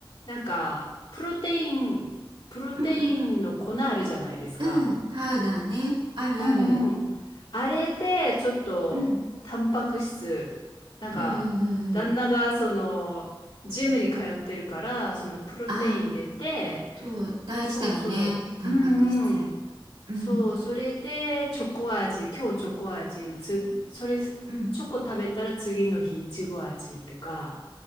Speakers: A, on the left; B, on the right.
A: なんか、プロテイン、プロテインの粉あるじゃないですか。
B: うんうんうん。うん。パウダーね。あるある。
A: うんうん。あれで、ちょっと、
B: うん。
A: タンパク質、なんか、
B: うんうんうんうん。
A: 旦那が、その、ジムに通ってるから、その、プロテイン入れて、
B: ああ、そう。大事だよね。
A: そうそう、
B: タンパク質。
A: うんうん。
B: うん。
A: そう、それで、チョコ味、今日チョコ味、つ、それ、チョコ食べたら次の日、
B: うん。
A: いちご味とか、